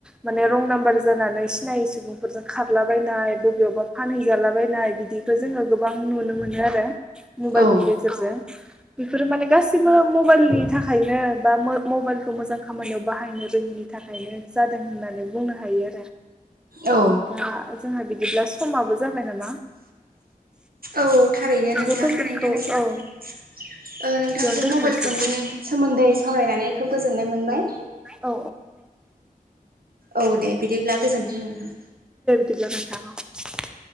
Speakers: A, in the centre; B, on the right (about 75°).
A: माने रं नाम्बार जानानै सिनायै सुबुंफोरजों खारलाबायनाय बबेयावबा फानहैजालाबायनाय बिदिखौ जोङो गोबां नुनो मोनो आरो मबाइलनि
B: औ
A: गेजेरजों बेफोरो माने गासिबो मबाइलनि थाखाय थाखायनो बा म-मबाइलखौ मोजां खामानियाव बाहायनो रोङिनि थाखायनो जादों होननानै बुंनो हायो।
B: औ
A: दा जोंहा बिदिब्ला समाबो जाबाय नामा?
B: औ थारैनो नोंथां
A: बे टपिकखौ
B: नोंथांजों
A: औ बेयावनो
B: नोंथांजों
A: दोनथ'नोसै
B: मबाइल फननि सोमोन्दै सावरायनानै खोब गोजोननाय मोनबाय।
A: औ
B: औ दे बिदिब्ला गोजोन्थों नोंथां।
A: दे बिदिब्ला नोंथां औ।